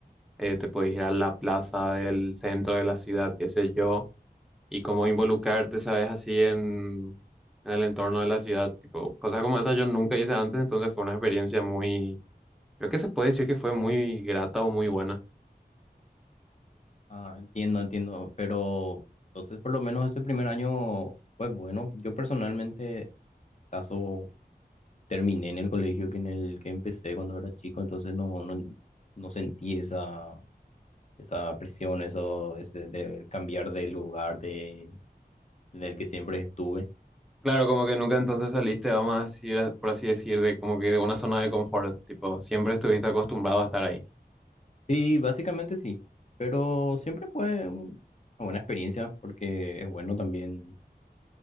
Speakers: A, in the centre; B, on the left (about 45°).
A: eh, te puedes ir a la plaza del centro de la ciudad, qué sé yo, y como involucrarte, sabes, así en, en el entorno de la ciudad, tipo, cosas como esas yo nunca hice antes, entonces fue una experiencia muy Creo que se puede decir que fue muy grata o muy buena.
B: Ah, entiendo, entiendo, pero entonces por lo menos ese primer año, pues bueno, yo personalmente caso terminé en el colegio que en el que empecé cuando era chico, entonces no, no, no sentí esa esa presión, eso, ese de cambiar de lugar de, del que siempre estuve.
A: Claro, como que nunca entonces saliste, vamos a decir, por así decir, de como que de una zona de confort, tipo, siempre estuviste acostumbrado a estar ahí.
B: Sí, básicamente sí, pero siempre fue un- una buena experiencia porque es bueno también,